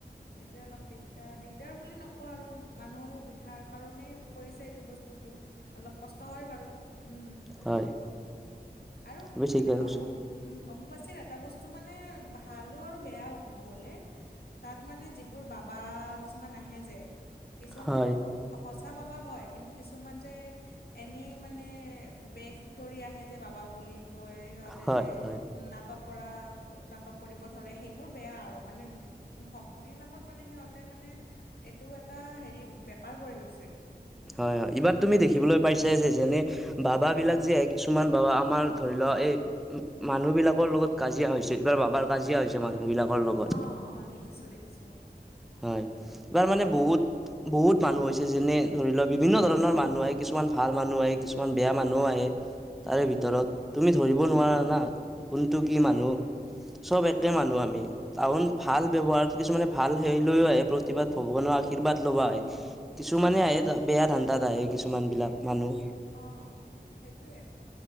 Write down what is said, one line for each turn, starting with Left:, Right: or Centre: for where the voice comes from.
Left: সেইটোৱে অলপ দিগদাৰ দিগদাৰ বুলি নকও আৰু মানুহৰো সুবিধাৰ কাৰণেই কৰিছে এইটো বস্তুটো অলপ কষ্ট হয় বাৰু উম
Centre: হয়
Left: আৰু
Centre: তুমি ঠিকে
Left: মানে
Centre: কৈছা
Left: অমুক উম অমুপাচীৰ এটা বস্তু মানে ভালো আৰু বেয়াও ক'ব গ'লে। তাত মানে যিবোৰ বাবা কিছুমান আহে যে, কিছুমান
Centre: হয়
Left: বাৰু সঁচা বাবা হয়। কিন্তু কিছুমান যে, এনেই মানে বেশ কৰি আহে যে বাবা বুলি- কৈ সিহঁতে
Centre: হয়
Left: যে-
Centre: হয়
Left: নাটক কৰা নাটক কৰিব ধৰে সেইবোৰ বেয়া আৰু মানে- ভক্তিৰ নামত মানে সিহঁতে মানে, এইটো এটা হেৰি বেপাৰ কৰি লৈছে।
Centre: হয় হয় এইবাৰ তুমি দেখিবলৈ পাইছা যে যেনে- বাবা বিলাক যে আহে কিছুমান বাবা আমাৰ- ধৰি লোৱা, এই মানুহ বিলাকৰ লগত কাজিয়া হৈছে এইবাৰ বাবাৰ কাজিয়া হৈছে মানুহ বিলাকৰ লগত।
Left: অঁ অঁ দেখিছোঁ দেখিছোঁ অঁ-
Centre: হয়, এইবাৰ মানে বহুত- বহুত মানুহ হৈছে যেনে ধৰি লওক বিভিন্ন ধৰণৰ মানুহ আহে কিছুমান ভাল মানুহ আহে কিছুমান বেয়া মানুহো আহে।
Left: উম
Centre: তাৰে ভিতৰত তুমি ধৰিব
Left: উম
Centre: নোৱাৰা না, কোনটো
Left: সেইটোৱে
Centre: কি মানুহ। চব একে
Left: অঁ
Centre: মানুহ আমি কাৰন
Left: অঁ
Centre: ভাল ব্যৱহাৰত কিছুমানে ভাল। সেই লৈও আহে প্ৰতিবাদ ভগৱানৰ আশীৰ্বাদ লব আহে।
Left: উম
Centre: কিছুমানে
Left: উম
Centre: আহে বেয়া ধান্দাত আহে কিছুমান বিলাক মানুহ।
Left: অ', সেইটোৱে,